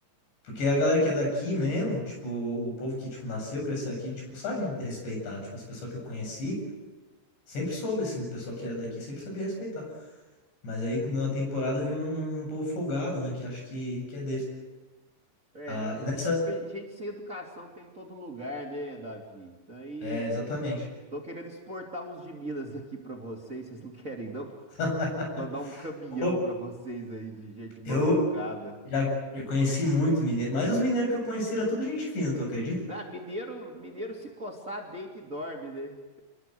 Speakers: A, on the left; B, on the right.
A: Porque a galera que é daqui mesmo, tipo, o povo que, tipo, nasceu, cresceu aqui, tipo, sabe respeitar. Tipo, as pessoas que eu conheci, sempre soube, assim, o pessoal que era daqui sempre sabia respeitar. Mas aí na temporada vem um, um povo folgado, né? Que acho que, que é deles.
B: É,
A: Ah, nessa.
B: ge- mas gente sem educação tem em todo lugar, né, Davi? Então, Aí,
A: É, exatamente.
B: tô querendo exportar uns de Minas <laughs> aqui pra vocês, vocês não querem, não?
A: <laughs>
B: Mandar um caminhão
A: Pô,
B: pra vocês aí de gente mal
A: eu
B: educada.
A: já, já conheci muito mineiro, mas os mineiros que eu conheci era tudo gente fina, tu acredita?
B: Ah, mineiro, mineiro se coçar, deita e dorme, né?